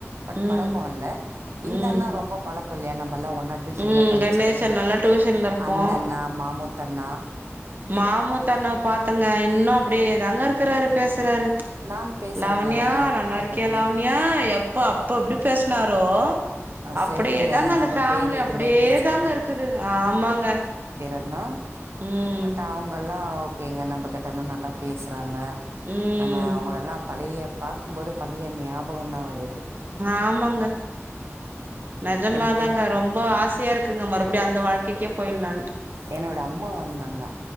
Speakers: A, on the right; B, on the right.
A: பட்
B: ம்
A: பழக்கோ இல்ல இந்த
B: ம்
A: அண்ணா ரொம்ப பழக்கோ இல்லையா நம் பல்லா ஒன்னா டியூஷன்ல
B: ம்
A: படிச்சது
B: கணேசன் நல்லா டியூஷன்ல இருப்போ
A: அந்த அண்ணா மாமுத் அண்ணா
B: மாமுத் அண்ணா பாத்தேங்க இன்னு அப்டியேதாங்க இருக்குறாரு பேசுறாரு
A: நான் பேசுகிறேங்க
B: லாவண்யா
A: வழியில்
B: நல்லா
A: பார்க்கும்போதெல்லாம்
B: இருக்கியா லாவண்யா எப்ப அப்ப எப்டி பேசுனார் ரோ
A: ஆ
B: அப்டியேதாங்க
A: சரிங்க
B: அந்த
A: நம்ம
B: ஃபேமிலி
A: பேர் எதுவுமே
B: அப்டியே
A: பேசிக்க
B: தாங்க இருக்குது ஆமாங்க
A: எல்லா
B: ம்
A: பட் அவுங்கெல்லா ஓகேங்க நம்மகிட்டலா நல்லா பேசுறா ங்க
B: ம்
A: நம்ம அவுங்கலெல்லா பழைய பாக்கும்போது பழைய ஞாபகோ தா வருது
B: ஆமாங்க நெஜமாதாங்க
A: எனக்கு
B: ரொம்ப ஆசயா இருக்குங்க மறுபடியு அந்த வாழ்க் கைக்கே போய்ட்லாண்ட்டு
A: என்னோட அம்மா வந்தாங்க